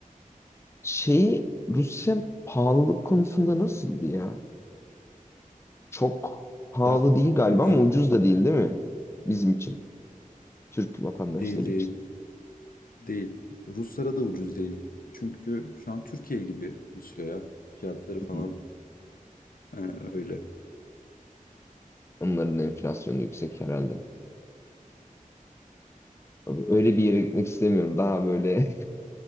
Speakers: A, on the left; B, on the left.
A: şeyi Rusya pahalılık konusunda nasıldı ya? Çok pahalı
B: Ya
A: değil galiba ama
B: evet,
A: ucuz da değil değil mi? Bizim için. Türk vatandaşları
B: değil değil.
A: için.
B: Değil. Ruslara da ucuz değil. Çünkü şu an Türkiye gibi Rusya'ya. Fiyatları falan
A: Hı.
B: e, öyle.
A: Onların enflasyonu yüksek herhalde. Abi Öyle bir yere gitmek istemiyorum. Daha böyle